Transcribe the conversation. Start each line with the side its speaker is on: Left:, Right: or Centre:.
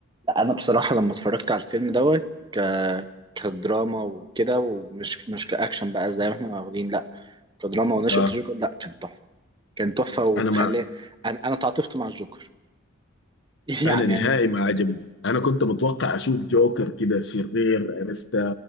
Right: انا بصراحه لما اتفرجت على الفيلم دوت ك كدراما وكده ومش مش كاكشن بقى زي ما احنا واخدين لا كدراما ونشأة
Left: اه
Right: الجوكر لا كان تحفه كان تحفه وخلاه
Left: انا ما عجب.
Right: انا انا تعاطفت مع الجوكر <laughs>
Left: انا
Right: يعني
Left: نهائي
Right: انا
Left: ما عجبني انا كنت متوقع اشوف جوكر كده شرير عرفت